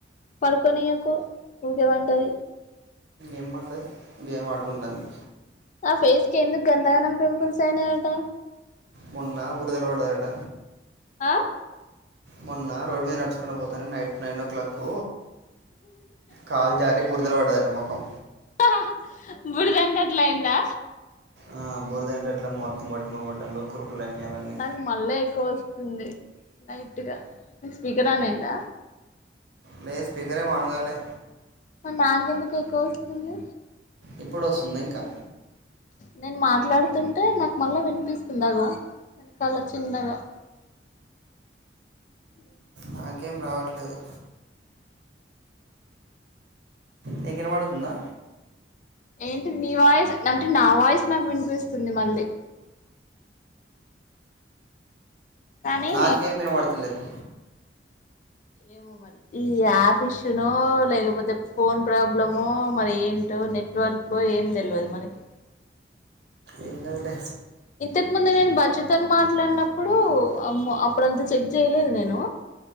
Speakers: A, on the left; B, on the right.
A: పడుకొనియకు ఊకే పంటది
B: ఎంపన్డదు గేమ్ ఆడుకుంటుంది.
A: ఆ ఫేస్ కి ఎందుకు గందగనం పింపుల్స్ అయినయ్ కుత్త
B: మొన్న బురుదల పడ్డదట
A: అ
B: మొన్న రోడ్ మీద నడుచుకుంట పోతాను నైట్ నైన్ ఓ క్లాక్ కాల్ జారీ బురదలో పడ్డదట మొఖం
A: హా హా బుడదంతా అట్లా అయిందా
B: ఆ బుడదంతా మొత్తం <unintelligible> అవన్నీ
A: దానికి మళ్ళా ఎక్కువ వస్తుంది. లైట్గా నీకు స్పీకర్ ఆన్ అయిందా
B: లే స్పీకరే మీ అనుగాలే
A: <unintelligible> ఎందుకు ఎక్కువ వస్తుంది
B: ఇప్పుడు వస్తుందా ఇంకా
A: నేను మాట్లాడుతుంటే నాకు మళ్ళా వినిపిస్తుంది అగో వెనకల చిన్నగా ఉ
B: నాకేం రావట్లేదు నీకు వినబడుతుందా
A: ఏ నీ వాయిస్ అంటే నా వాయిస్ నాకు వినిపిస్తుంది మళ్ళీ కానీ
B: నాకేం వినబడతలేదు
A: ఏమో మరి ఈ యాప్ ఇష్యూనో లేకపోతే ఫోన్ ప్రాబ్లమో మరి ఏంటో నెట్వర్క్ ఏం తెలియదు మనకి
B: ఏం కాదులే
A: ఇంతకు ముందు నేను బచ్చుతోని మాట్లాడినప్పుడు ఇప్పుడు అమ్ అప్పుడంత చెక్ చేయలేదు నేను